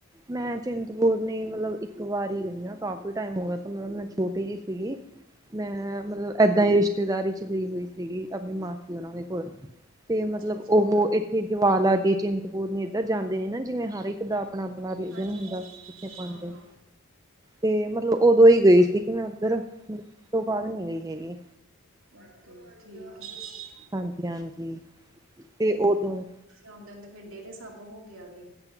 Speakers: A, on the right; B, on the right.
A: ਮੈਂ ਚਿੰਤਪੁਰਨੀ ਮਤਲਬ ਇੱਕ ਵਾਰ ਈਂ ਗਈ ਆਂ ਕਾਫੀ ਟਾਈਮ ਹੋ ਗਿਆ ਮਤਲਬ, ਮੈਂ ਛੋਟੀ ਜੀ ਸੀਗੀ।
B: ਹਾਂਜੀ
A: ਮੈਂ ਮਤਲਬ ਏਦਾਂ ਈਂ ਰਿਸ਼ਤੇਦਾਰੀ ਚ ਗਈ ਹੋਈ ਸੀਗੀ, ਅਪਨੀ ਮਾਸੀ ਹੋਨਾਂ ਦੇ ਕੋਲ ਤੇ ਮਤਲਬ
B: ਅੱਛਾ ਅੱਛਾ
A: ਓਹ ਏਥੇ ਜਵਾਲਾ ਜੀ, ਚਿੰਦਪੁਰ ਨੇ ਇੱਧਰ ਜਾਂਦੇ ਨੇ ਨਾ ਜਿਵੇਂ ਹਰ ਇੱਕ ਹਰ ਇਕ ਦਾ ਆਪਣਾ-ਆਪਣਾ ਰਿਲੀਜਨ
B: ਹਾਂਜੀ
A: ਹੁੰਦਾ
B: ਹਾਂਜੀ
A: ਜਿੱਥੇ ਪਾਉਂਦੇ।
B: ਹਾਂ ਹਾਂ
A: ਤੇ ਮਤਲਬ ਉਦੋਂ ਹੀ ਗਈ ਸੀ ਕਿ ਮੈਂ ਉੱਧਰ ੳਸ ਤੋਂ ਬਾਦ ਨੀ ਗਈ ਹੈਗੀ।
B: ਓਕੇ, ਠੀਕ ਏ।
A: ਹਾਂਜੀ-ਹਾਂਜੀ, ਤੇ ਉਦੋਂ
B: ਆਉਂਦੇ-ਆਉਂਦੇ ਫਿਰ ਡੇਰੇ ਸਾਬਹੋ ਕੇ ਆ ਗਏ।